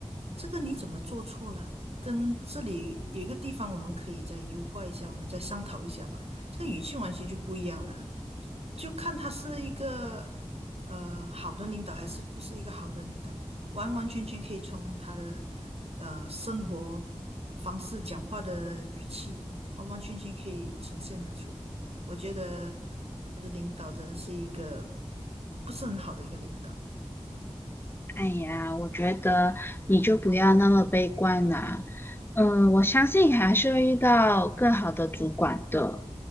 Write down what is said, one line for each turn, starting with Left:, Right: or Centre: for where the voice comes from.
Right: 这个你怎么做错了？跟这里有一个地方我们可以再优化一下，我们再商讨一下吧。这个语气完全就不一样了。就看他是一个呃好的领导还是不是一个好的领导，完完全全可以从他的呃生活方式、讲话的语气，完完全全可以呈现得出来。我觉得我的领导真的是一个不是很好的一个领导。
Left: 哎呀，我觉得你就不要那么悲观啦。嗯，我相信还是会遇到更好的主管的。